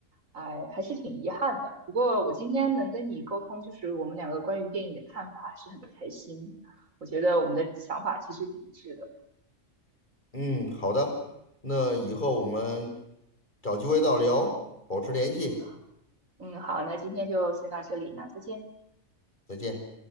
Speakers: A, on the right; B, on the left.
A: 哎还是挺遗憾的。不过我今天能跟你沟通，就是我们两个关于电影的看法，还是很开心。我觉得我们的想法其实挺一致的。
B: 嗯，好的，那以后我们
A: 嗯
B: 找机会再聊，保持联系，
A: 嗯嗯，好，那今天就先到这里，那再见。
B: 再见。